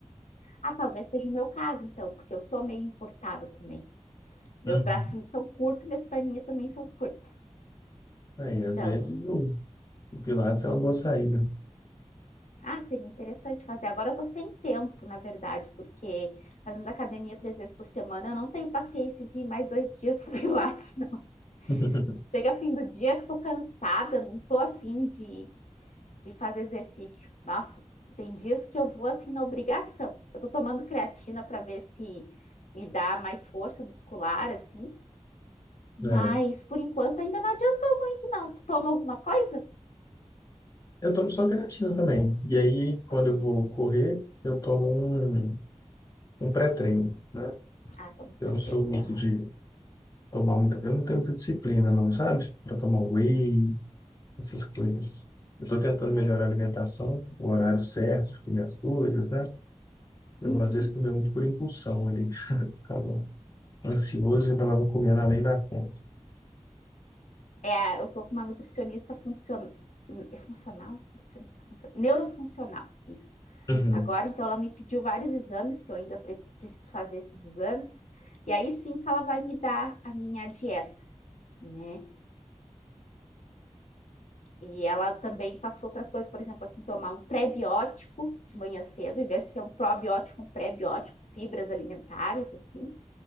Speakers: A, on the left (about 75°); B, on the left (about 30°).
A: Ah, talvez seja o meu caso, então, porque eu sou meio encurtada também. Meus
B: Uhum.
A: bracinhos são curtos, minhas perninhas também são curtas.
B: Aí,
A: Então,
B: às vezes, o, o Pilates é uma boa saída.
A: ah, seria interessante fazer. Agora eu tô sem tempo, na verdade, porque fazendo academia três vezes por semana, eu não tenho paciência de ir mais dois <laughs> dias pro Pilates. não.
B: <laughs>
A: Chega fim do dia que tô cansada, não tô afim de de fazer exercício. Nossa, tem dias que eu vou assim na obrigação. Eu tô tomando creatina para ver se me dá mais força muscular, assim, mas
B: É.
A: por enquanto ainda não adiantou muito, não. Tu toma alguma coisa?
B: Eu tomo só creatina também. E aí, quando
A: Eu não quero-
B: eu vou correr, eu tomo um, um pré-treino, né?
A: Ah, tomo
B: Eu
A: perfeito.
B: não sou muito
A: Aham.
B: de tomar muita... Eu não tenho muita disciplina, não, sabe? Para tomar whey, essas coisas. Eu estou tentando melhorar a alimentação, o horário certo de comer as coisas, né? Eu,
A: Uhum.
B: às vezes, comia muito por impulsão ali. <laughs> Ficava ansioso e acabava comendo além da conta.
A: É, eu tô com uma nutricionista funcional. É funcional? Nutricionista funcional. Neurofuncional, isso.
B: Uhum.
A: Agora, então, ela me pediu vários exames, que eu ainda pre- preciso fazer esses exames, e aí sim que ela vai me dar a minha dieta, né? E ela também passou outras coisas, por exemplo, assim, tomar um prebiótico de manhã cedo, em vez de ser um probiótico, um prebiótico, fibras alimentares, assim.